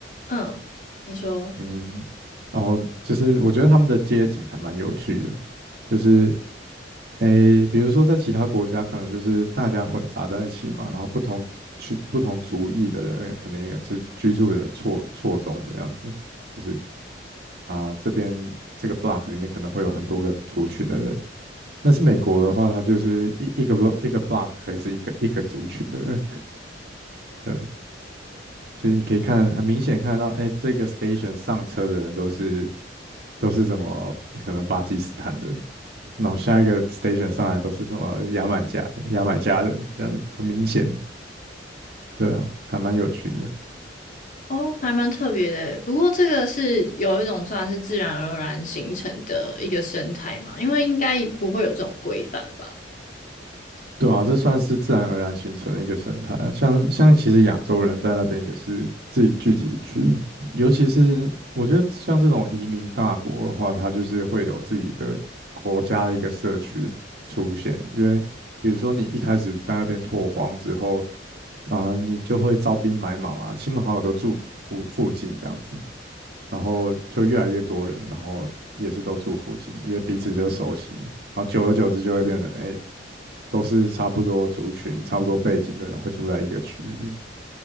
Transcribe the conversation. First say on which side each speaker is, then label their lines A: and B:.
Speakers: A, on the left; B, on the right.
A: 嗯，你说
B: 嗯，然后就是我觉得他们的街景还蛮有趣的，就是诶，比如说在其他国家可能就是大家混杂在一起嘛，然后不同群、不同族裔的人可能也是居住的错错综的这样子，就是啊、这边这个 block 里面可能会有很多个族群的人，但是美国的话，它就是一一个 block 一个 block 可以是一个一个族群的人。对，就是你可以看很明显看到，哎，这个 station 上车的人都是都是什么可能巴基斯坦人，然后下一个 station 上来都是什么牙买加牙买加人，这样很明显，对啊，还蛮有趣的。
A: 哦，还蛮特别的欸。不过这个是有一种算是自然而然形成的一个生态嘛，因为应该不会有这种规范吧。
B: 对啊，这算是自然而然形成的一个生态啊。像像其实亚洲人在那边也是自己聚集区，尤其是我觉得像这种移民大国的话，它就是会有自己的国家的一个社区出现。因为比如说你一开始在那边拓荒之后，啊、你就会招兵买马嘛，亲朋好友都住附附近这样子，然后就越来越多人，然后也是都住附近，因为彼此就熟悉，然后久而久之就会变成，哎、都是差不多族群、差不多背景的人会住在一个区域。